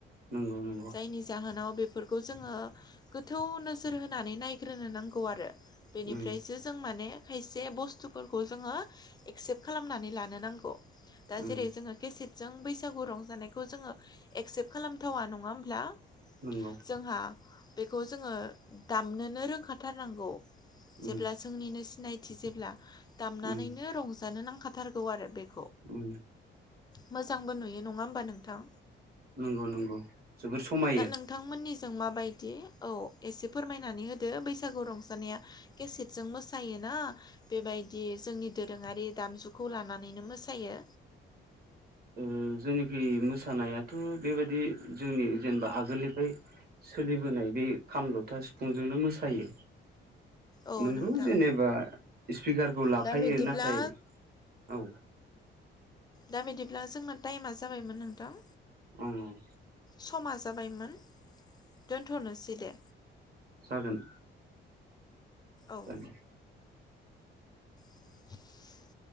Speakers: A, on the right (about 50°); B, on the left (about 20°).
A: नंगौ नंगौ
B: जायनि जाहोनाव बेफोरखौ जोङो गोथौ नोजोर होनानै नायग्रोनो नांगौ आरो। बेनिफ्रायसो
A: उम
B: जों माने खायसे बस्थुफोरखौ जोङो एक्सेप्ट खालामनानै लानो नांगौ। दा
A: उम
B: जेरै जोङो केसेटजों बैसागु रं जानाय खौ जोङो एक्सेप्ट खालामथावा नङा होमब्ला
A: नंगौ
B: जोंहा बेखौ जोङो दामनोनो रोंखाथारनांगौ
A: उम
B: जेब्ला जोंनिनो सि नायथि जेब्ला दामनानैनो
A: उम
B: रंजानो नांखाथारगौ आरो बे <unintelligible>
A: उम
B: मोजांबो नुयो नङा होमबा नोंथां?
A: नंगौ नंगौ जोबोर समायो
B: दा नोंथांमोननि ज जों माबायदि औ एसे फोरमायनानै होदो बैसागु रंजानाया केसेटजों मोसायो <unintelligible> ना बेबायदि जोंनि दोरोङारि दामजुखौ लानानैनो मोसायो
A: <inaudible> ओ जेनेखि मोसानायाथ' बेबायदि जोंनि जेनबा आगोलनिफ्राय सोलिबोनाय बे खाम जथा सिफुंजोंनो मोसायो।
B: औ
A: नोंगौ
B: नोंथां
A: जेनेबा स्फिगारखौ लाफायो
B: दा बिदिब्ला
A: नाथाय औ
B: दा बिदिब्ला जोंना टाइमा जाबायमोन नोंथां
A: ओं ओं
B: समा जाबायमोन दोनथ'नोसै दे।
A: जागोन
B: औ
A: <unintelligible>
B: <unintelligible>